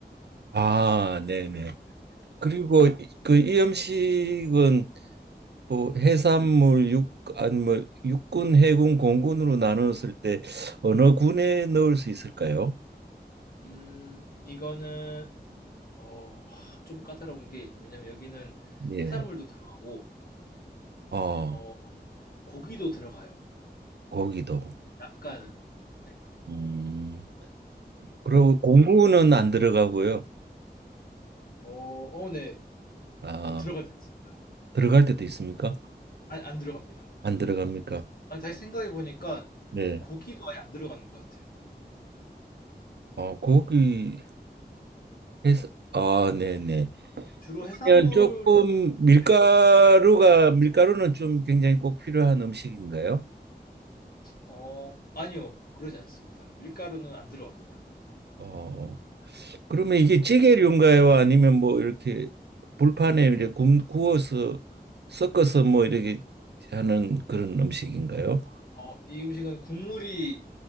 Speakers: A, on the right; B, on the left.
A: 아, 네네.
B: 네.
A: 그리고 이- 그 이염식은 뭐 해산물 육 아니 뭐 육군 해군 공군으로 나눴을 때 어느 군에 넣을 수 있을까요?
B: 음, 이거는 어, 하, 좀 까다로운 게 왜냐면 여기는
A: 예.
B: 해산물도 들어가고
A: 어,
B: 어, 고기도 들어가요.
A: 거기도.
B: 약간은. 네.
A: 음. 그리고 공군은 안 들어가고요.
B: 어, 어, 네.
A: 아,
B: 들어가지 않습니다.
A: 들어갈 때도 있습니까?
B: 아니, 안 들어갑니다.
A: 안 들어갑니까?
B: 아니, 다시 생각해 보니까
A: 네.
B: 고기도 아예 안 들어가는 것 같아요.
A: 어, 거기 해서 아, 네, 네.
B: 네, 주로 해산물
A: 그면 조금 밀가루가
B: 인
A: 밀가루는 좀 굉장히 꼭 필요한 음식인가요?
B: 어, 아니요. 그러지 않습니다. 밀가루는 안 들어갑니다.
A: 어. 그러면 이게 찌개류인가요? 아니면 뭐 이렇게 불판에 이렇게 굽, 구워서 섞어서 뭐 이렇게 하는 그런 음식인가요?
B: 어, 이 음식은 국물이